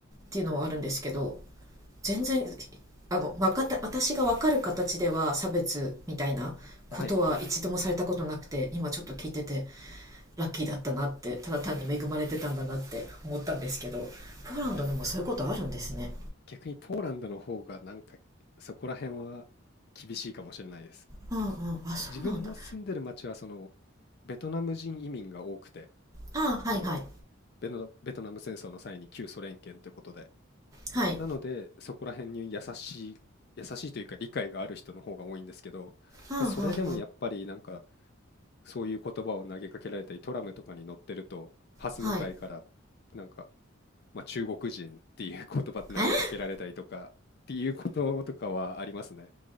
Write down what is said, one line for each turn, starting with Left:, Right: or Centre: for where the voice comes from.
Right: ていうのはあるんですけど、全然、あの、わかった、私がわかる形では差別みたいなことは一度もされたことなくて、
Left: はい。
Right: 今ちょっと聞いてて、ラッキーだったなって、ただ単に恵まれてたんだなって思ったんですけど、ポーランドでもそういうことあるんですね。
Left: あ逆にポーランドの方がなんかそこら辺は厳しいかもしれないです。
Right: うんうん、あ、そうなんだ。
Left: 自分の住んでる町はそのベトナム人移民が多くて、
Right: あ、
Left: その
Right: はいはい。
Left: ベトナベトナム戦争の際に旧ソ連圏ということで、
Right: はい。
Left: なので、そこら辺に優しい優しいというか理解がある人の方が多いんですけど、
Right: うんうんうん。
Left: まあ、それでもやっぱりなんか、そういう言葉を投げかけられたり、トラムとかに乗ってると、ハス向かいから、
Right: はい。
Left: なんか、まあ、中国人っていう言葉投げかけられたりとかっていうこととかはありますね。
Right: え